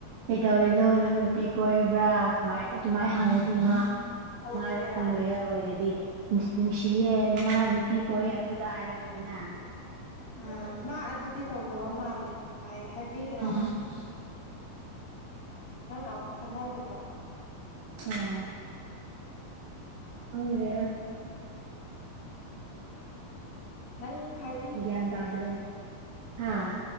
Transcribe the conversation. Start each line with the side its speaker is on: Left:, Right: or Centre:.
Right: ꯀꯩꯇꯧꯔꯤꯅꯣ ꯅꯪ ꯅꯨꯄꯤ ꯀꯣꯏꯕ꯭ꯔꯥ ꯀꯃꯥꯏ ꯑꯗꯨꯃꯥꯏꯅ ꯍꯪꯉꯗꯤ ꯏ ꯃꯥ
Left: ꯇꯧꯕꯤꯒꯦꯔꯥ
Right: ꯃꯥ ꯂꯣꯌꯔ ꯑꯣꯏꯔꯗꯤ ꯅꯨꯡꯁꯤꯌꯦ ꯃꯥ ꯅꯨꯄꯤ ꯀꯣꯏ ꯑꯗꯨꯗ ꯍꯥꯏꯔꯒꯅꯤꯅꯦ
Left: ꯑ ꯃꯥ ꯑꯗꯨꯗꯤ ꯇꯧꯗꯕ ꯃꯥꯜꯂꯦ ꯍꯥꯏ ꯍꯥꯏꯕꯤꯒꯦꯔꯥ
Right: ꯑꯣ
Left: ꯅꯪ ꯑꯃꯨꯛ ꯈꯟꯅꯔꯣꯏꯗ꯭ꯔꯣ
Right: ꯑꯣ ꯍꯗ
Left: ꯅꯪ ꯍꯥꯏ
Right: ꯒꯤꯗꯗ꯭ꯔꯦ ꯍꯥ